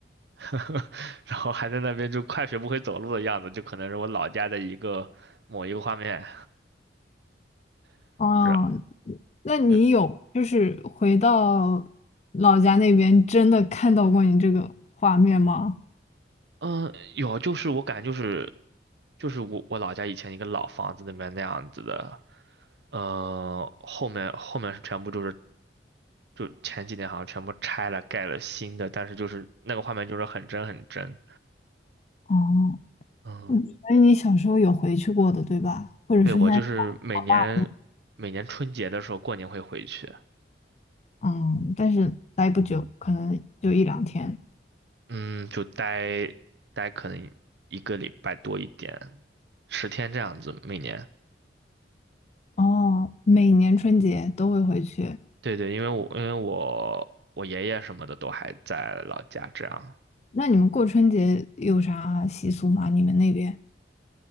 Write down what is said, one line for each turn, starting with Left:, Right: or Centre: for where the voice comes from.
Right: <laughs> 然后还在那边就快学不会走路的样子，就可能是我老家的一个某一个画面，<laughs>
Left: 哦，
Right: 是。
Left: 那你有就是回到老家那边真的看到过你这个画面吗？
Right: 呃嗯，有，就是我感觉就是就是我我老家以前一个老房子里面那样子的，嗯，后面后面是全部就是就前几年好像全部拆了盖了新的，但是就是那个画面就是很真很真。
Left: 哦，
Right: 嗯，
Left: 嗯所以你小时候有回去过的，对吧？或者说现在长
Right: 对，我就是每年每年春节的时候过年会回去，
Left: 大了，嗯，但是待不久，可能就一两天。
Right: 嗯，就待待可能一个礼拜多一点，十天这样子每年。
Left: 哦，每年春节都会回去。
Right: 对对，因为我因为我我爷爷什么的都还在老家，这样，
Left: 那你们过春节有啥习俗吗？你们那边？